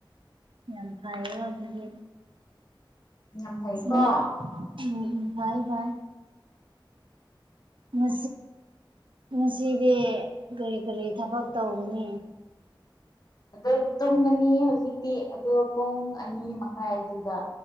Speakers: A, on the right (about 75°); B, on the left (about 50°).
A: ꯌꯥꯝ ꯐꯥꯏꯌꯦ ꯑꯗꯨꯗꯤ
B: ꯌꯥꯝ ꯐꯩꯀꯣ
A: ꯑ ꯎꯝ ꯏ ꯏ ꯉ ꯉꯁꯤꯗꯤ ꯀꯔꯤ ꯀꯔꯤ ꯊꯕꯛ ꯇꯧꯕꯅꯤ
B: ꯑꯗꯨ ꯇꯨꯝꯉꯅꯤ ꯍꯧꯖꯤꯛꯇꯤ ꯑꯗꯨ ꯄꯨꯡ ꯑꯅꯤ ꯃꯈꯥꯏꯗꯨꯗ